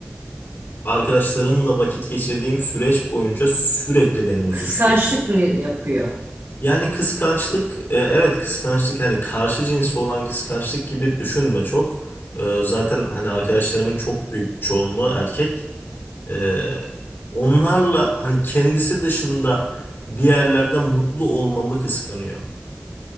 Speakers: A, on the left; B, on the right.
A: arkadaşlarımla vakit geçirdiğim süreç boyunca sürekli beni huzursuz
B: Kıskançlık
A: ediyor.
B: mı yapıyor?
A: Yani kıskançlık, e, evet kıskançlık hani karşı cinsli olan kıskançlık gibi düşünme çok. E, zaten hani arkadaşlarımın çok büyük çoğunluğu erkek. E, onlarla hani kendisi dışında bir yerlerde mutlu olmamı kıskanıyor.